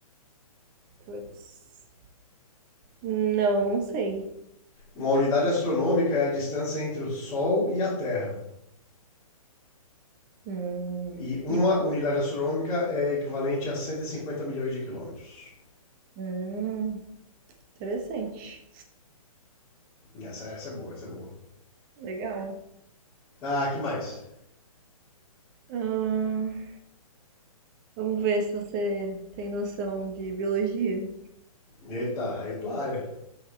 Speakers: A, on the right; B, on the left.
A: Putz. Não, não sei.
B: Uma unidade astronômica é a distância entre o Sol e a Terra.
A: Hum.
B: E uma
A: E qual?
B: unidade astronômica é equivalente a 150 milhões de quilômetros.
A: Hum, interessante.
B: Essa, essa é boa, essa é boa.
A: Legal.
B: Ah, que mais?
A: Hum. Vamos ver se você tem noção de biologia.
B: Eita, aí é a tua área.